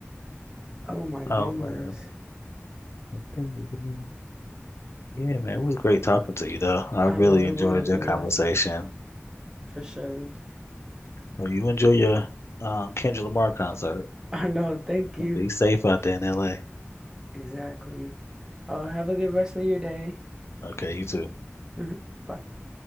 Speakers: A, on the right; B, on the left.
A: Oh my goodness.
B: Oh man, I think we did. Yeah, man, it was great talking to you though. I
A: I
B: really
A: know it
B: enjoyed
A: was,
B: your
A: it
B: conversation.
A: was for Shirley.
B: Well, you enjoy your um Kendrick Lamar concert.
A: I know, thank you.
B: Be safe out there in LA.
A: Exactly. Uh, have a good rest of your day. <laughs>
B: Okay, you too.
A: Mhm. Bye.